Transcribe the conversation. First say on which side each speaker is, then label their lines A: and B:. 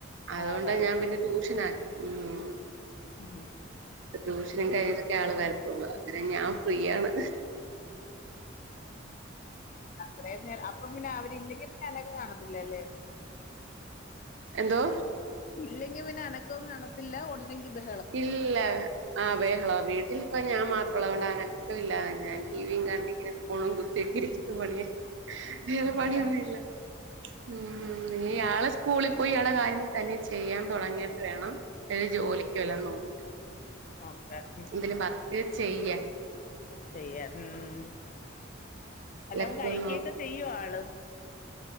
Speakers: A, on the right; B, on the left.
A: അതോണ്ടാ
B: ആ അതെ അതെ
A: ഞാൻ പിന്നെ ട്യൂഷൻ ആ- ഉം
B: ഉം
A: പ്പൊ ട്യൂഷനും കഴിഞ്ഞട്ടൊക്കെ ആള് വരത്തൊള്ളൂ പിന്നെ ഞാൻ ഫ്രീയാണ്
B: അത്രേം നേരം അപ്പം പിന്നെ അവരില്ലെങ്കിൽ പിന്നെ അനക്കം കാണത്തില്ലല്ലേ
A: എന്തോ
B: ഇല്ലെങ്കി പിന്നെ അനക്കൊം കാണത്തില്ല ഒണ്ടെങ്കി ഇത
A: ഇല്ല ആ ബേഹളോം വീട്ടിൽ ഇപ്പ ഞാൻ മാത്രള്ളൂ അഓണ്ട് അനക്കവില്ല ഞാൻ ടിവിയും കണ്ടിങ്ങനെ ഫോണും കുത്തിയൊക്കെ ഇരിക്കും പണിയ- വേറെ പണിയൊന്നും
B: അതാ
A: ഇല്ല ഉം ആള് സ്കൂളിൽ പോയി ഇയാളെ കാര്യങ്ങൾ തന്നെ ചെയ്യാൻ തൊടങ്ങീട്ട് വേണംഎനിക്ക് ജോലി ക്ക് വല്ലോം നോക്കാൻഎന്തേലും
B: ഓക്കെ ഉം
A: വർക്ക് ചെയ്യാൻ
B: ചെയ്യാൻ ഉം വല്ലോം
A: ലക്ക്
B: കഴിക്കെക്കെ
A: നോ
B: ചെയ്യോ ആള്